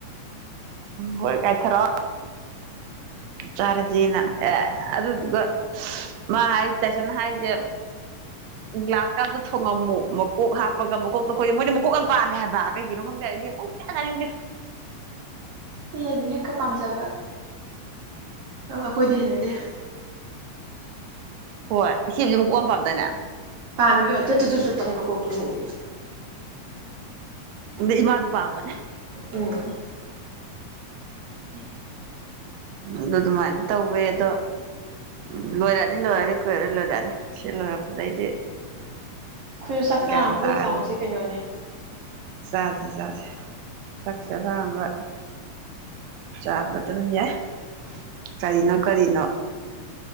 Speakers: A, on the right; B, on the right.
A: ꯍꯣꯏ ꯀꯥꯏ ꯊꯔ ꯆꯥꯔꯁꯤꯦꯅ ꯑꯦ ꯑꯗꯨꯗꯨꯒ ꯃꯥ ꯍꯥꯏ ꯇꯥꯏꯁꯟ ꯍꯥꯏꯔꯤꯁꯦ ꯒ꯭ꯂꯥꯁ ꯀꯥꯞꯇ ꯊꯣꯡꯉꯝꯃꯨ ꯃꯀꯣꯛ ꯍꯥꯞꯄꯒ ꯃꯀꯣꯛꯇ ꯈꯣꯏꯦ ꯃꯣꯏꯗꯤ ꯃꯀꯣꯛ ꯌꯥꯝ ꯄꯥꯜꯂꯦ ꯍꯥꯏꯕ ꯀꯩꯒꯤꯅꯣ ꯈꯪꯗ꯭ꯔꯦ ꯑꯩꯗꯤ ꯃꯣꯛ ꯆꯅꯤꯡꯗꯦ
B: ꯏ ꯂꯩꯕꯅ ꯍꯦꯛꯀ ꯄꯥꯝꯖꯕ ꯑ ꯑꯩꯈꯣꯏꯗꯤ ꯍꯩꯅꯗꯦ
A: ꯍꯣꯏ ꯏꯆꯁꯤꯡꯁꯨ ꯑꯃꯨꯛ ꯀꯣꯛꯝ ꯄꯥꯝꯗꯅꯦ
B: ꯑꯃꯤ ꯆꯗꯨꯁꯨꯄꯅꯤ ꯀꯣꯛꯛꯇ ꯃꯩꯗꯤꯦ
A: ꯑ ꯏꯃꯥꯗꯨ ꯄꯥꯝꯕꯅꯦ
B: ꯎꯝ ꯎ
A: ꯑꯗꯨ ꯑꯗꯨꯃꯥꯏꯅ ꯇꯧꯋꯦ ꯑꯗꯣ ꯎ ꯂꯣꯏꯔꯛꯅꯤ ꯂꯣꯏꯔꯅꯤ ꯀꯣꯏꯔꯔ ꯂꯣꯏꯔꯛꯑꯅꯤ ꯁꯤ ꯂꯣꯏꯔꯛꯄꯗꯩꯗꯤ
B: ꯈꯨꯔꯨ ꯆꯥꯛ ꯆꯔꯥ
A: ꯒ꯭ꯌꯥꯟ
B: ꯑꯃ ꯄꯨꯟꯅ
A: ꯇꯥꯔꯅꯤ
B: ꯆꯥꯛꯍꯁꯤ ꯀꯩꯅꯣꯅꯦ
A: ꯆꯥꯁꯤ ꯆꯥꯁꯦ ꯆꯥꯛꯁꯦꯔꯥꯡꯕ ꯆꯥꯕ ꯑꯗꯨꯝ ꯌꯥꯏ
B: <inaudible>
A: ꯀꯔꯤꯅꯣ ꯀꯔꯤꯅꯣ